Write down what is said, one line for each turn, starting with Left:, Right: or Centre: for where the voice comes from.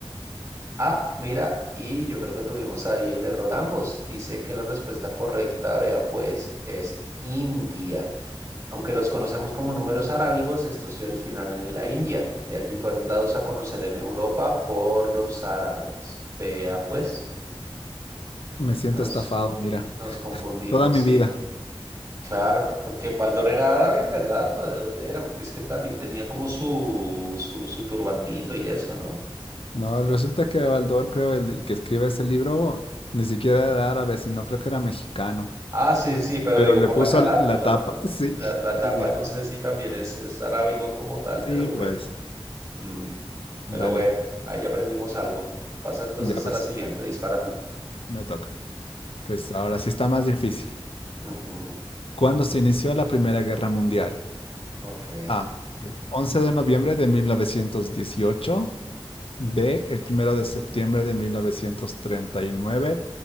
Right: Ah, mira, y yo creo que tuvimos ahí el error ambos. Dice que la respuesta correcta, vea pues, es India. Aunque los conocemos como números arábigos, estos se originaron en la India. De allí fueron dados a conocer en Europa por los árabes. Vea, pues,
Left: me siento
Right: nos,
Left: estafado, mira,
Right: nos confundimos,
Left: toda mi
Right: sí.
Left: vida.
Right: Claro, porque Baldor era árabe, ¿verdad? ¿O de dónde era? Porque es que también tenía como su, su, su turbantito y eso, ¿no?
Left: No, resulta que Baldor, creo, el, el que escribe ese libro, ni siquiera era árabe, sino creo que era mexicano,
Right: Ah, sí, sí, pero
Left: pero
Right: digo
Left: le
Right: por
Left: puso
Right: la calátula,
Left: la tapa,
Right: ¿no?
Left: <laughs> sí,
Right: La, la
Left: así
Right: tapa
Left: es.
Right: no sé si también es, es arábigo como tal,
Left: Sí,
Right: pero bueno.
Left: pues.
Right: Mm,
Left: Dale,
Right: Pero bueno, ahí aprendimos algo. Pasa entonces
Left: ya pues,
Right: a la siguiente, dispara tú.
Left: me toca. Pues ahora sí está más difícil.
Right: Ujú,
Left: ¿Cuándo se inició la Primera Guerra Mundial?
Right: Ok.
Left: A. El 11 de noviembre de 1918. B. El primero de septiembre de 1939.